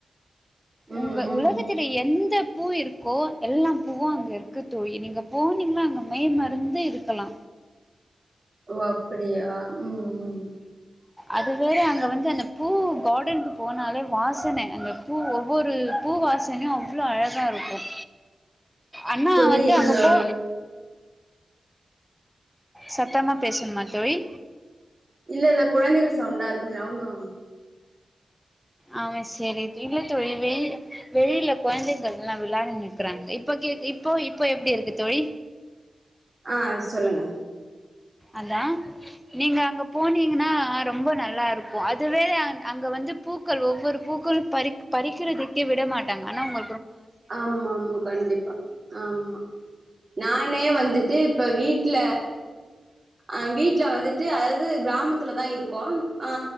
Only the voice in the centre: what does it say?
உங்க
உலகத்துல எந்த பூ இருக்கோ எல்லா பூவும் அங்க இருக்கு தோழி நீங்க போனீங்கன்னா அங்க மெய் மறந்து இருக்கலா
அதுவேற அங்க வந்து அந்த பூ கார்டனுக்கு போனாலே வாசன அந்த பூ ஒவ்வொரு பூ வாசனையு அவ்ளோ அழகா இருக்கும் அண்ணா
வந்து
அங்க போ சத்தமா பேசணுமா தோழி
ஆ சேரி இல்ல தோழி வெய் வெளில கொழந்தைகள் எல்லா விளாடின்னு இருக்குறாங்க இப்ப கேக் இப்போ இப்போ எப்டி இருக்கு தோழி
அதா நீங்க அங்க போனீங்கன்னா ரொம்ப நல்லாருக்கு அதுவே அங்க வந்து பூக்கள் ஒவ்வொரு பூக்களு பறிக் பறிக்கிறதுக்கே விட மாட்டாங்க ஆனா அவங்